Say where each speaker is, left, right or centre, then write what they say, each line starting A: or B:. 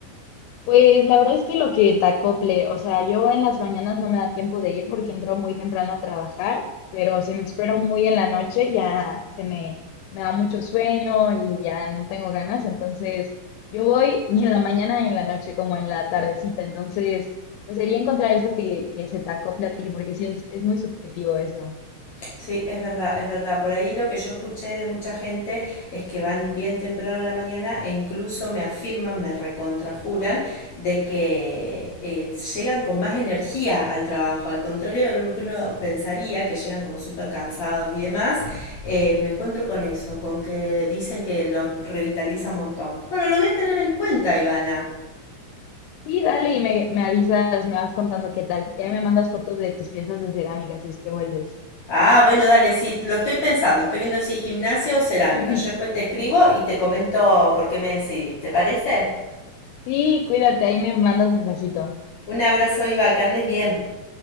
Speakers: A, on the left; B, on the left.
A: Pues la verdad es que lo que te acople, o sea, yo en las mañanas no me da tiempo de ir porque entro muy temprano a trabajar, pero si me espero muy en la noche ya se me, me da mucho sueño y ya no tengo ganas, entonces yo voy <laughs> ni en la mañana ni en la noche como en la tardecita, entonces pues sería encontrar eso que, que se te acople a ti porque sí es, es muy subjetivo eso.
B: Sí, es verdad, es verdad. Por ahí lo que yo escuché de mucha gente es que van bien temprano a la mañana e incluso me afirman, me recontrajuran de que eh, llegan con más energía al trabajo. Al contrario de lo que uno pensaría, que llegan como súper cansados y demás, eh, me encuentro con eso, con que dicen que los revitaliza un montón. Bueno, lo voy a tener en cuenta, Ivana.
A: Sí, dale y me, me avisas, me vas contando qué tal, y ahí me mandas fotos de tus piezas de cerámica si es que vuelves.
B: Ah, bueno, dale, sí, lo estoy pensando. Estoy viendo si gimnasia o cerámica.
A: <laughs>
B: Yo después te escribo y te comento por qué me decidí. ¿Te parece?
A: Sí, cuídate, ahí me mandas mensajito.
B: Un abrazo, Iva, que andes bien.